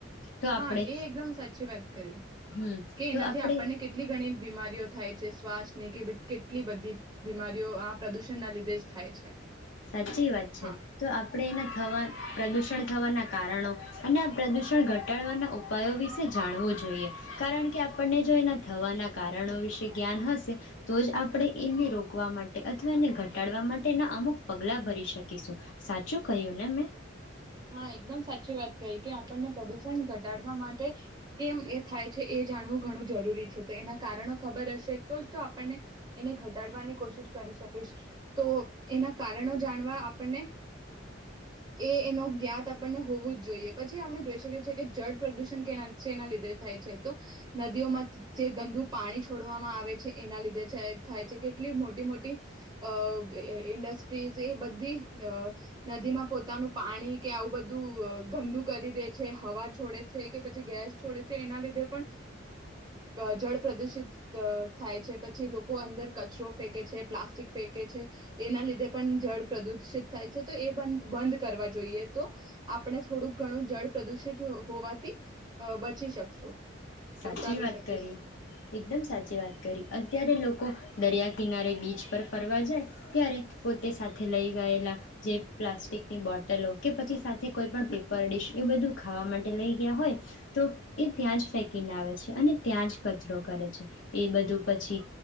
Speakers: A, on the left (about 75°); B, on the right (about 20°).
A: તો આપણે
B: હા એ એકદમ સાચી વાત કરી,
A: હમ
B: કે એનાથી
A: તો આપણે
B: આપણને કેટલી ઘણી બીમારીઓ થાય છે. શ્વાસની કે કેટલી બધી બીમારીઓ આ પ્રદુષણ ના લીધે જ થાય છે.
A: સાચી વાત છે,
B: હા
A: તો આપડે એના થવા પ્રદૂષણ થવાના કારણો, અને આ પ્રદૂષણ ઘટાડવાના ઉપ ઉપાયો વિશે જાણવું જોઈએ. જોઈએ, કારણ કે આપણને જો એના થવાના કારણો વિશે જ્ઞાન હશે, તો જ આપણે એને રોકવા માટે અથવા એને ઘટાડવા માટેના અમુક પગલા ભરી શકીશું, સાચું કહ્યું ને મેં?
B: હા એકદમ સાચી વાત કહી કે આપણને પ્રદુષણ ઘટાડવા માટે, કેમ એ થાય છે. એ જાણવું ઘણું જરૂરી છે, તો એના કારણો ખબર હશે તો જ તો આપણને એને ઘટાડવાની કોશિશ કરી શકીશ તો એના કારણો જાણવા આપણને એ એનો જ્ઞાત આપણને હોવું જ જોઈએ પછી આપણે જોઈ શકીએ છીએ કે જળ પ્રદૂષણ કેના એના લીધે થાય છે તો, નદીઓમાં જે ગંદુ પાણી છોડવામાં આવે છે. એના લીધે થાય છે કેટલી મોટી મોટી, અ ઇન્ડસ્ટ્રીઝ એ બધી નદીમાં પોતાનું પાણી કે આવું બધું ગંદુ કરી દે છે હવા છોડે છે. કે પછી ગેસ છોડે છે એના લીધે પણ, અ જળ પ્રદૂષિત થાય છે. પછી લોકો અંદર કચરો ફેંકે છે પ્લાસ્ટિક ફેંકે છે એના લીધે પણ જળ પ્રદુષિત થાય છે, તો એ બ બંધ કરવા જોઈએ. તો, આપણે થોડુંક ઘણું જળ પ્રદુષિત હોવાથી બચી શકશું.
A: સાચી
B: બચાવી
A: વાત
B: શકીશ.
A: કરી એકદમ સાચી વાત કરી અત્યારે લોકો દરિયા કિનારે બીચ પર ફરવા જાય ત્યારે પોતે સાથે લઈ ગયેલા જે પ્લાસ્ટિકની બોટલો કે પછી સાથે કોઈપ પેપર ડીશ એ બધું ખાવા માટે લઈ ગયા હોય તો એ ત્યાં જ ફેક કિનાવે છે. અને ત્યાં જ કચરો કરે છે. એ બધું પછી